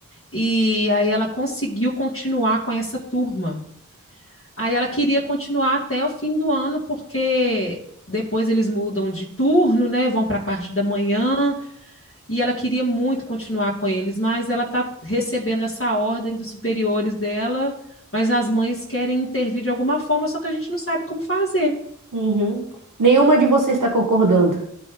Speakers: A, on the left (about 40°); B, on the right (about 75°).
A: e aí ela conseguiu continuar com essa turma. Aí ela queria continuar até o fim do ano, porque depois eles mudam de turno, né? Vão para a parte da manhã, e ela queria muito continuar com eles, mas ela está recebendo essa ordem dos superiores dela, mas as mães querem intervir de alguma forma, só que a gente não sabe como fazer.
B: Uhum. Nenhuma de vocês está concordando.